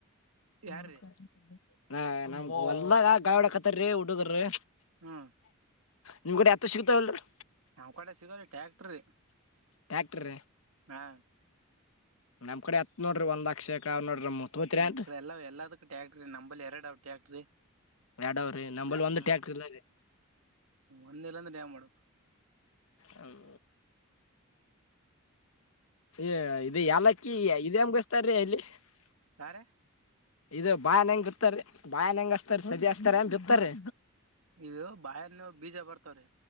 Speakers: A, on the right; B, on the left.
A: ಯಾರ್ರೀ
B: ನೋಡ್ರಿ. ತ <inaudible> ಹ ನಮ್ ಹೊಲ್ದಾಗ ಗಳೇ ಹೊಡ್ಯಾಕತ್ತರ್ ಹುಡ್ಗುರ್ರಿ.
A: ಹಾ
B: ನಿಮ್ಮ ಕಡೆ ಎತ್ತ ಸಿಗ್ತಾವ್ ಇಲ್ಲ ರಿ.
A: ನಮ್ಮ ಕೂಡೆ ಸಿಗೋಲ್ಲ ಟ್ಯಾಕ್ಟ್ರಿ.
B: ಟ್ಯಾಕ್ಟ್ರ
A: ಹಾ
B: ನಮ್ ಕಡೆ ಎತ್ ನೋಡ್ರಿ ಒಂದ್ ಲಕ್ಷಕ ಅವಾ ನೋಡ್ರಿ. ನಮ್ ತೋತಿರೇನ್ರಿ
A: ಹ್ಮ್ ಎಲ್ಲಾ ಎಲ್ಲದಕ್ಕ ಟ್ಯಾಕ್ಟ್ರಿ ನಂಬಲ್ ಎರಡಾವ ಟ್ಯಾಕ್ಟ್ರಿ.
B: ಯಾಡ್ ಅವಾರಿ ನಂಬಲ್ಲಿ ಒಂದ್
A: ಹಾ
B: ಟ್ಯಾಕ್ಟ್ರಿ ಇಲ್ಲಾರಿ
A: ಒಂದಿಲ್ಲ ಅಂದ್ರೆ ಏನ್ ಮಾಡು
B: ಹ್ಮ್. ಏ ಇದ ಇ ಯಾಲ್ಲಕ್ಕಿ ಇದ ಹೆಂಗ್ ಬೆಸ್ತಾರ್ <unintelligible>
A: ಯಾರ್
B: ಇದು ಬಾಯಾನ ಹೆಂಗ್ ಬಿತ್ತಾರೀ ಬಾಯನ್ ಹೆಂಗ ಅಸ್ತಾರಿ ಸದೀ ಹಸ್ತಾರಿ ಬಿತ್ತಾರಿ.
A: ಇ ಬಾಳ್ಯಾನ ಬೀಜ ಬರ್ತವ್ರೀ.